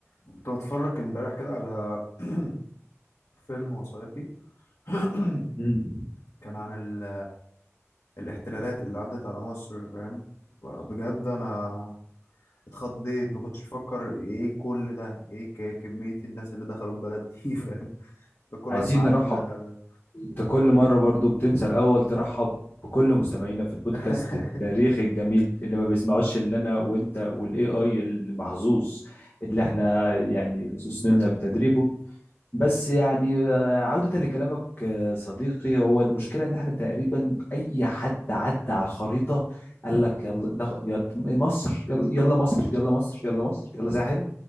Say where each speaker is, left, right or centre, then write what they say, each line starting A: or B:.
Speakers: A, on the left; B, on the left.
A: كنت بتفرج امبارح كده على <clears throat> فيلم وثائقي <clears throat>
B: مم.
A: كان عن ال... الاحتلالات اللي عدت على مصر فاهم بجد انا اتخضيت ما كنتش بفكر ايه كل ده ايه ك... كمية الناس اللي دخلوا البلد دي <laughs> فاهم ده كل
B: عايزين
A: واحد معدي
B: نرحب
A: دخل
B: انت كل مرة برضو بتنسى الأول ترحب بكل مستمعينا في البودكاست
A: <laughs>
B: التاريخي الجميل اللي ما بيسمعوش إلا أنا وأنت والاي اي المحظوظ اللي احنا يعني سننا
A: في كلام
B: بتدريبه
A: كتير
B: بس يعني آه، عودة لكلامك آه، صديقي هو المشكلة إن احنا تقريبا أي حد عدى على الخريطة قال لك يلا ناخ- يا- مصر يلا يلا مصر يلا مصر يلا مصر يلا ساحل